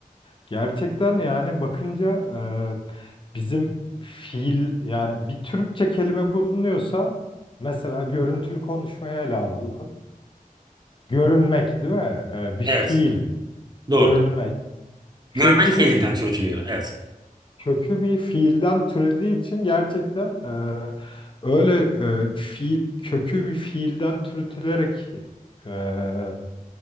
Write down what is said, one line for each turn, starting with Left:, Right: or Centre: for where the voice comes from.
Left: Gerçekten yani bakınca e, bizim fiil yani bir Türkçe kelime bulunuyorsa mesela görüntülü konuşmaya ele alalım. Görünmek değil mi? E, bir
Right: Evet.
Left: fiil,
Right: Doğru.
Left: görünmek. Kökü
Right: Görmek fiilinden
Left: bir fiil
Right: türütülüyor. Evet.
Left: kökü bir fiilden türediği için gerçekten e, öyle e, fiil, kökü bir fiilden türetilerek e,